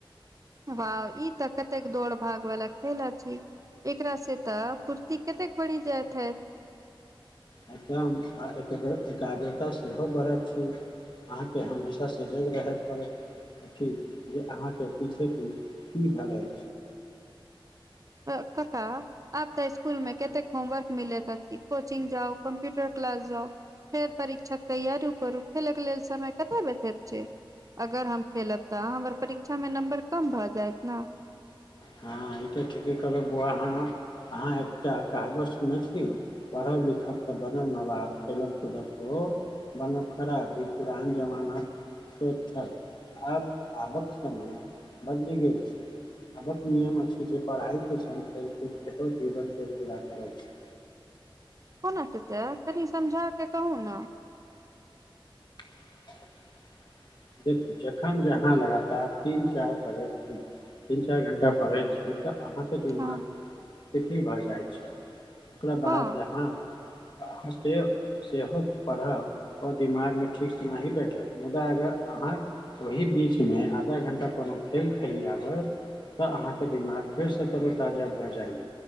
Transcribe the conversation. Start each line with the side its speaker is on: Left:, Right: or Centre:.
Right: वा ई तऽ कतेक दौड़ भाग वाला खेला छी। एकरा से त फुर्ती कतेक बढ़ि जायत हैत।
Left: एकदम, आ एक बेर एकाग्रता सेहो बढ़ैत छी। अहाँ के हमेशा सजग रहे पड़त। अथि जे अहाँके पीछे कि- की भए गेल।
Right: एय कक्का आब तऽ स्कुल मे केतेक होमवर्क मिलै त कि, कोचिंग जाउ कम्प्यूटर क्लास जाउ फेर परीक्षा के तैयारू करू, खेलक लेल समय कतय बचैत छै। अगर हम खेलब तऽ हमर परीक्षा मे नम्बर कम भए जायत न।
Left: हँ ई तऽ ठीके कहलहु बौआ अहाँ हाॅ, अहाँ एकटा कहवत सुनने छी। पढ़ब लिखब तऽ बनब नबाब, खेलब कूदब तऽ हो बनब खराब, ई पुरान जमाना पिठ्ल, आब आबक समय बदलि गेल छै। आबक नियम अछि जे पढ़ाइ के संग खेल कुद ककरो जीवन के पूरा करै छी।
Right: कोना च जैयत, कनि समझा के कहू न।
Left: <inaudible> देखू जखन जहाँ लगातार तीन चारि पढ़ैत छी, तीन चारि घण्टा पढ़ैत छी। ई तऽ अहाँके दिमाग
Right: हँ
Left: तिति भरि जाइ छै। ओकरा बाद
Right: हँ
Left: जहाँ अहाँ सेहो- सेहो पढ़ब ओ दिमागमे ठीक सँ नाही बैठत मुदा अगर अहाँ ओहि बीच मे आधा घंटा कोनो खेल खेलि आबर तऽ अहाँके दिमाग फेरसँ तरोताजा भए जाइत